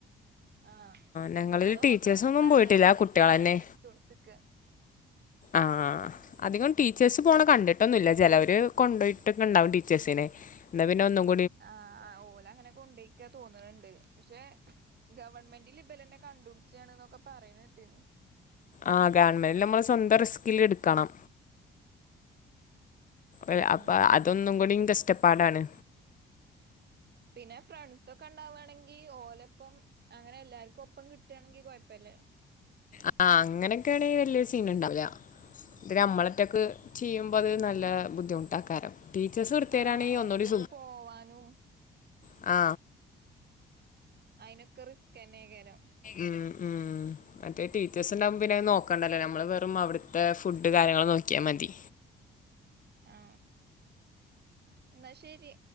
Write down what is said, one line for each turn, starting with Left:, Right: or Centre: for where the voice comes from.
Right: ആഹ്
Left: ഞങ്ങളില്
Right: അത്
Left: ടീച്ചേഴ്സൊന്നും
Right: ഓട്ടോണമസ്സാണ്
Left: പോയിട്ടില്ല
Right: അത് ടീച്ചേഴ്സ്സൊക്കെ
Left: കുട്ടികളന്നെ
Right: റിത്തിച്ച്കൊട്ത്കാ
Left: ആഹ് അധികം ടീച്ചേഴ്സ് പോണെ കണ്ടിട്ടൊന്നുംല്ല ചെലവര് കൊണ്ടോയിട്ടൊക്കെ ഉണ്ടാവും ടീച്ചേഴ്സിനെ എാ പിന്നെ ഒന്നുംകൂ
Right: ആഹ് ആ ഓല് അങ്ങനെ കൊണ്ടേയ്ക്കാ തോന്നണണ്ട് പക്ഷെ ഗവൺമെന്റ് ലിബലനെ കണ്ടൂട്ച്ചയാണ് എന്നൊക്കെ പറയുണേട്ടിരുന്നു
Left: ആഹ് ഗവൺമെന്റിൽ നമ്മള് സ്വന്തം റിസ്കില് എടുക്കണം അ
Right: ഉം
Left: അപ്പ അതൊന്നും കൂടി ഇൻഡസ് റ്റപ്പാടാണ്
Right: പിന്നെ ഫ്രണ്ട്സ്സൊക്കെ ഇണ്ടാവാണെങ്കി ഓലൊപ്പം അങ്ങനെ എല്ലാര്ക്കും ഒപ്പം കിട്ടാണെങ്കി കൊയപ്പല്ലാ
Left: ആ അങ്ങനെക്കേണെ വല്ല്യ സീനുണ്ടാവുല്ല. ഇത് അമ്മളറ്റൊക്ക് ചെയ്യുമ്പോ അത് നല്ല ബുദ്ധിമുട്ടാക്കാരം ടീച്ചേഴ്സ് ഇട്ത്തരാണെങ്കി
Right: ആ ഒറ്റയ്ക്ക്
Left: ഒന്നൂടി
Right: പോവാനും
Left: ആ
Right: ആയിനൊ ക്കെ റിസ്ക്കെന്നെ എയ്ക്കാരം
Left: ഉം ഉം മറ്റേ ടീച്ചേഴ്സ് ഇണ്ടാവുമ്പോ പിന്നെ അയ് നോക്കെണ്ടെല്ലോ നമ്മൾ വെറും അവ്ട്ത്തെ ഫുഡ് കാര്യങ്ങൾ നോക്കിയാ മതി
Right: ആ ഇന്നാ ശെ രി